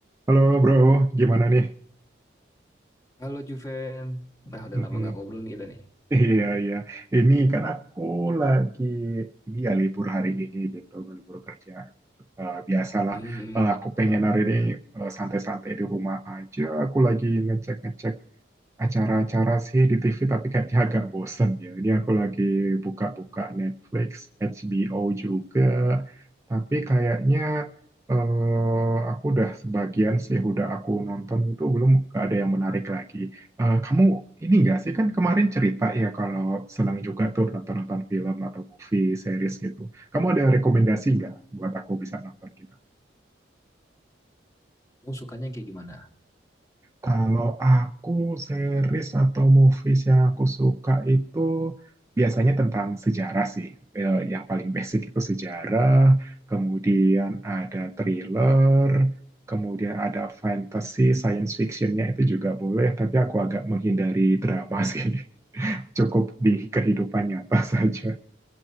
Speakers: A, on the right; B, on the left.
A: Halo bro, gimana nih?
B: Halo Juven. Nah, udah
A: Mm-mm.
B: lama nggak ngobrol
A: <laughs>
B: nih kita nih.
A: Iya iya, ini kan aku lagi ini ya libur hari ini gitu, libur kerja. Eh, biasalah,
B: Hmm,
A: Eh, aku pengen hari ini eh, santai-santai di rumah aja. Aku lagi ngecek-ngecek acara-acara sih di TV tapi kayaknya agak bosen ya. Ini aku lagi buka-buka Netflix, HBO juga, tapi kayaknya eh, aku udah sebagian sih udah aku nonton itu belum gak ada yang menarik lagi. Eh, kamu ini nggak sih kan kemarin cerita ya kalau senang juga tuh nonton-nonton film atau movie series gitu. Kamu ada rekomendasi nggak buat aku bisa nonton gitu?
B: kamu sukanya kayak gimana?
A: Kalau aku series atau movies yang aku suka itu biasanya tentang sejarah sih. Eh, Yang paling basic itu sejarah, kemudian ada thriller, kemudian ada fantasy, science fictionnya itu juga boleh, tapi aku agak menghindari drama sih. <laughs> Cukup di kehidupan nyata saja.